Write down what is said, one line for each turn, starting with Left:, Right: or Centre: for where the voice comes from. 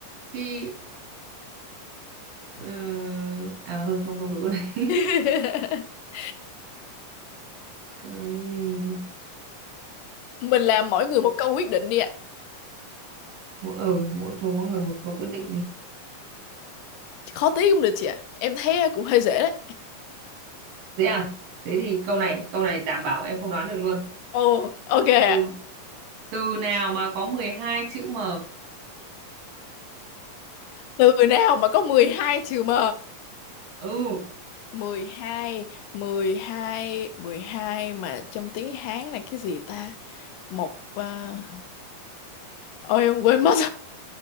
Right: khi ừm, à mà thôi không không đúng câu này <laughs>
Left: <laughs>
Right: cái
Left: Mình làm mỗi người một câu quyết định đi ạ.
Right: mỗi ờ mỗi thôi mỗi người một câu quyết định đi
Left: Khó tí cũng được chị ạ. Em thấy cũng hơi dễ đấy.
Right: thế à thế thì câu này câu này đảm bảo em không đoán được luôn
Left: Ồ, ok ạ.
Right: từ, từ nào mà có 12 chữ M
Left: Từ nào mà có 12 chữ M?
Right: ừ <laughs>
Left: mười mười hai mười hai mười hai mà trong tiếng Hán là cái gì ta? Một ờ, Ôi em quên mất.